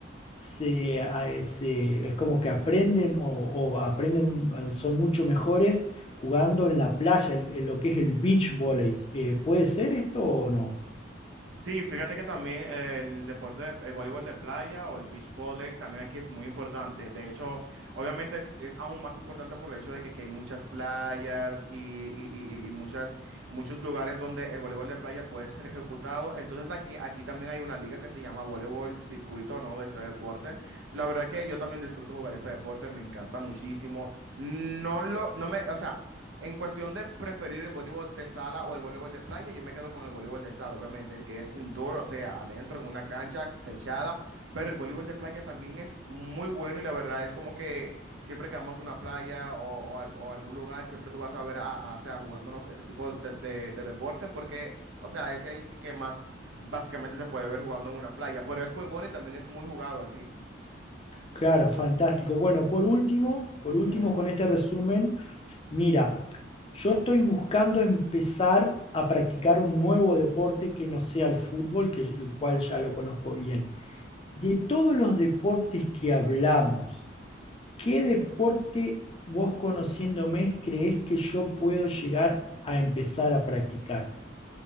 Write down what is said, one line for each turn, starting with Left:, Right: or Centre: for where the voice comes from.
Left: se, a- se- es como que aprenden o, o aprenden, eh, son mucho mejores jugando en la playa, el- el- lo que es el beach volley. Eh, ¿puede ser esto o no?
Right: Sí, fíjate que también el deporte, de- el voleibol de playa o el beach volley también aquí es muy importante. De hecho, obviamente es, es aún más importante por el hecho de que aquí hay muchas playas y, y- y- y muchas, muchos lugares donde el voleibol de playa puede ser ejecutado. Entonces aquí, aquí también hay una liga que se llama voleibol circuito, ¿no? De este deporte. La verdad que yo también disfruto jugar este deporte, me encanta muchísimo. No lo, no me, o sea. En cuestión de preferir el voleibol de sala o el voleibol de playa, yo me quedo con el voleibol de sala, obviamente, el que es indoor, o sea, adentro en una cancha techada, pero el voleibol de playa también es muy bueno y la verdad es como que siempre que vamos a una playa o, o a o a algún lugar, siempre tú vas a ver a, a- o sea, jugándonos ese tipo de, de- de deporte porque, o sea, es el que más básicamente se puede ver jugando en una playa, pero es muy bueno y también es muy jugado aquí.
Left: Claro, fantástico. Bueno, por último, por
Right: Ujú.
Left: último, con este resumen, mira, yo estoy buscando empezar a practicar un nuevo deporte que no sea el fútbol, que, el cual ya lo conozco bien. De todos los deportes que hablamos, ¿Qué deporte vos conociéndome creés que yo puedo llegar a empezar a practicar?